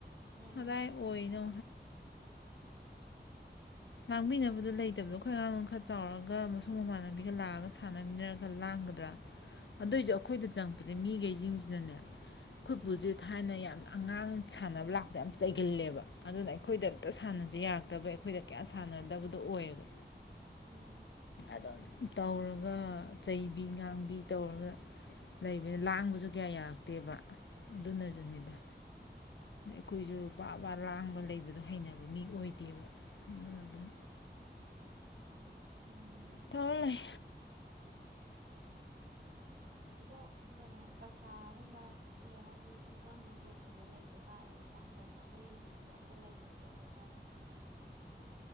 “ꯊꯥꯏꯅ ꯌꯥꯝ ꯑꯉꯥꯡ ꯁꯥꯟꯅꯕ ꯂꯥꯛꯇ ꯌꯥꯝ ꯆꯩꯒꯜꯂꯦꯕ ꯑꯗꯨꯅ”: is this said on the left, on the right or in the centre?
Left